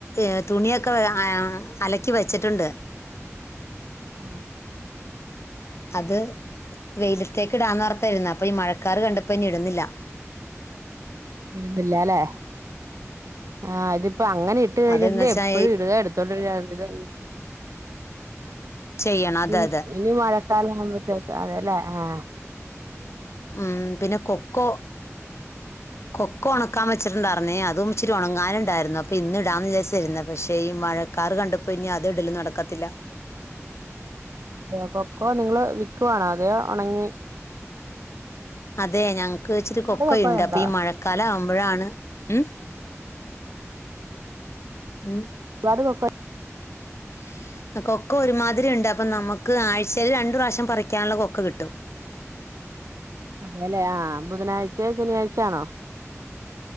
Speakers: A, on the left; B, on the right.
A: ഏർ തുണിയൊക്കെ ആ അലക്കി വെച്ചിട്ടുണ്ട്
B: ഉം
A: അത് വെയിലത്തേക്ക് ഇടാന്നർത്തായിരുന്ന അപ്പൊ ഈ മഴക്കാാര് കണ്ടപ്പോ ഇന്ന ഇടുന്നില്ല <inaudible>
B: ഇടുന്നില്ല അല്ലേ ആ ഇത് അപ്പൊ അങ്ങനെ ഇട്ട് കഴിഞ്ഞിട്ട്
A: അതെന്ന് വെച്ചാ
B: എപ്പോഴും
A: ഈ
B: ഇടുക എടുത്തോണ്ട്ഇരിക്കുവഇതേ
A: ചെയ്യണം അതെ
B: നി
A: അതെ
B: ഇനിമാക്കാല അമ്പത്തക്ക അതെല്ലേ ആ
A: ആ പിന്നെ കൊക്കോ കൊക്കോണ മുക്കൻ വച്ചിട്ടുണ്ടായിരേ അതും ഇച്ചിട്ട ഒണക്കാൻ വെച്ചുട്ട് ഡാർന്ന് അതും ഇച്ചിരി ഉണങ്ങാനുണ്ടായിരുന്നു അപ്പൊ ഇന്ന് ഇടാന്ന് വിചാരിച്ചിരുന്നത് പക്ഷേ ഈ മഴക്കാാര് കണ്ടപ്പോൾ പിന്നെ അത് ഇടല നടക്കത്തില്ല
B: അതെയോ കൊക്കോ നിങ്ങള് വിക്കുവാണോ അതെയോ ഉണങ്ങി
A: അതെ ഞങ്ങക്ക് ച്ചിരി
B: ഒരുപാട്
A: കൊക്ക
B: കൊക്കോയുണ്ടോ
A: ഉുണ്ട് അപ്പൊ ഈ മഴക്കാലം ആവുമ്പ അപ്പോഴാണ് ഉം ഉം
B: <unintelligible> <inaudible>
A: <inaudible> കൊക്ക ഒരുമാതിരി ഉണ്ട് അപ്പൊ നമുക്ക് ആഴ്ചൽ രണ്ടു പ്രാവശ്യം പറിക്കാനുള്ള കൊക്ക കിട്ടും <inaudible>
B: അതെല്ലേ ആ ബുധനാഴ്ചയ ശനിയാഴ്ചയാണോ